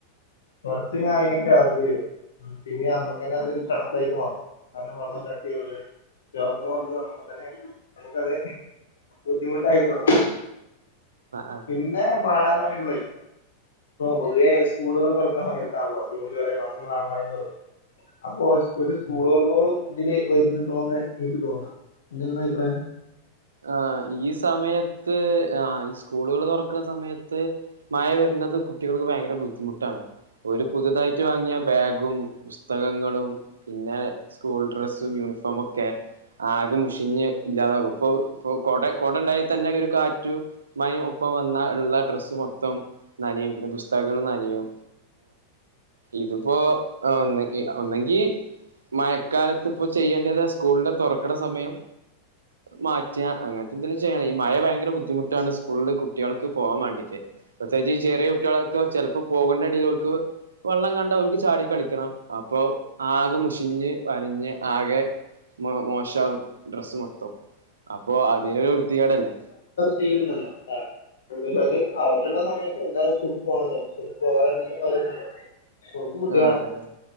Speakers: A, on the left; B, on the right.
A: കൊറച്ച് കഴിഞ്ഞാ അയിനൊക്കെ അറുതി വരും ഉം പിന്നെ ഞമ്മക്കെന്നെ അത് ചടപ്പായിട്ട് മാറും കാരണം വെള്ളം കട്ടിയോല്ലേ <unintelligible> ആകുമ്പോ തന്നെ നമുക്കത് ബുദ്ധിമുട്ടായി തൊടങ്ങും
B: ആഹ്
A: പിന്നെ മഴന്ന് പറയുമ്പോളേ പൊതുവേ സ്കൂളുകൾ തുറക്കണ സമയത്താണല്ലോ ജൂൺ ജൂലൈ മാസങ്ങളാണല്ലോ മഴ തുടങ്ങുന്നത് അപ്പോ ഒരു സ്ക്കൂൾ ഓർമ്മകളും ഇതില് വരുന്നുണ്ടോ എന്ന് എനിക്ക് തോന്നാ എന്താ നിങ്ങടെ അഭിപ്രായം
B: ആഹ് ഈ സമയത്ത് ആഹ് ഈ സ്കൂളുകൾ തുറക്കുന്ന സമയത്ത് മഴ വരുന്ന ന്നത് കുട്ടികൾക്ക് ഭയങ്കര ബുദ്ധിമുട്ടാണ് ഒരു പുതിതായിട്ട് വാങ്ങിയ ബാഗും പുസ്തകങ്ങളും പിന്നെ സ്കൂൾ ഡ്രസ്സും യു- യൂണിഫോമൊക്കെ ആകെ മുഷിഞ്ഞ് ഇല്ലാതാക്കും ഇപ്പൊ ഇപ്പൊ കൊട കൊട ഉണ്ടായാതന്നെ ഒരു കാറ്റു മയും ഒപ്പം വന്നാ ഉള്ള ഡ്രസ്സ് മൊത്തം നല്ല പിന്നെ പുസ്തകങ്ങളും ന്നനയും ഇതിപ്പോ ഒ ഒന്നെങ്കി മഴക്കാലത്ത് ഇപ്പൊ ചെയ്യേണ്ടത് സ്കൂളിന്റെ തൊറക്കണ് സമയം മാറ്റ റ്റാ അങ്ങനത്തെ എന്തെലും ചെയ്യണം ഈ മഴ ഭയങ്കര ബുദ്ധിമുട്ടാണ് സ്കൂളിൽ കുട്ടികൾക്ക് പോവാമാണ്ടീട്ട് പ്രത്യേകിച്ച് ഈ ചെറിയ കുട്ടിളൊക്കെ ചെലപ്പോ പോകേണ്ട എടയിലോലക് വെള്ളം കണ്ട ഓലക്ക് ചാടി കളിക്കണം അപ്പൊ ആകെ മുഷിഞ്ഞ് വരഞ്ഞ് ആകെ മ മോശവും ഡ്രസ് മൊത്തവും അപ്പൊ അതൊരു വൃത്തികേടല്ലേ
A: ചെയ്യുന്നല്ലോ ആ എ വെച്ചാല് ആവശ്യള്ള സമയത്ത് എന്തായാലും സ്കൂൾക്ക് പോണല്ലോ സ്കൂൾക്ക് പോവതിന്നിട്ട് കാര്യല്ലലോ സ്കൂൾക്ക് വിടാ
B: ആ അതന്നെ